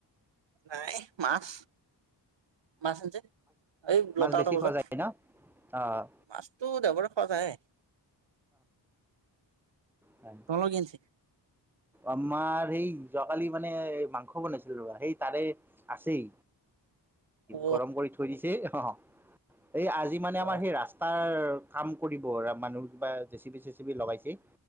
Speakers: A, on the right; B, in the centre.
A: নাই মাছ মাছ আনিছে এই লটাটা
B: মাছ বেছি
A: বজাত
B: খোৱা যায় ন? অ',
A: মাছটো দেওবাৰে খোৱা যায়ে।
B: হয়
A: তোমালোকে কি আনিছে
B: আমাৰ। সেই যোৱাকালি মানে মাংস বনাইছিল ৰবা সেই তাৰে। আছেই
A: অ
B: গৰম কৰি থৈ দিছে। তেই হহ এই আজি মানে
A: বৰাই
B: আমাৰ সেই ৰাস্তাৰ কাম কৰিব মানুহ কিবা জেচিপি চেচিপি লগাইছেই।